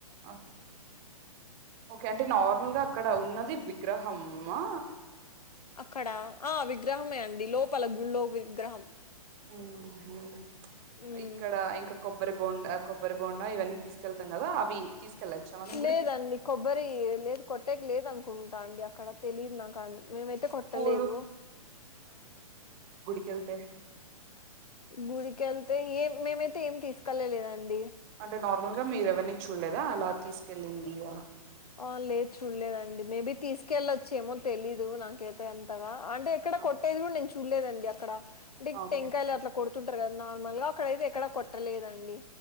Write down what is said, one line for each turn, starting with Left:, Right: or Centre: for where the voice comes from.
Right: ఓకే ఓకే అంటే నార్మల్గా అక్కడ ఉన్నది విగ్రహం మా
Left: అక్కడ ఆ విగ్రహమే అండి లోపల గుళ్ళో విగ్రహం
Right: ఆహా ప్చ్
Left: ఉమ్.
Right: ఇక్కడా ఇంక కొబ్బరి బోండా కొబ్బరి బోండా ఇవన్నీ తీసుకెళ్తాం కదా అవి తీసుకెళ్ళచ్చా మనం గుడికి
Left: లేదండి కొబ్బరి లేదు కొట్టేకి లేదు అనుకుంటా అండి అక్కడ తెలీదు నాకు మేమైతే కొట్టలేదు
Right: పూలు కెళ్తే
Left: గుడికి వెళ్తే ఏం మేమైతే ఏమి తీసుకెళ్లలేదండి
Right: అంటే నార్మల్ గా మీరు ఎవరిని చూల్లేదా అలా తీసుకెళ్ళింది వా
Left: ఆ లేదు చూల్లేదండి మేబి తీసుకెళ్ళొచ్చు ఏమో తెలీదు నాకైతే అంతగా అంటే ఎక్కడ
Right: ఆ,
Left: కొట్టేది కూడా నేను చూల్లేదండి అక్కడ అంటే
Right: ఓకే
Left: టెంకాయలు అట్లా కొడుతుంటారు కదా నార్మల్ గా అక్కడైతే ఎక్కడా కొట్టలేదండి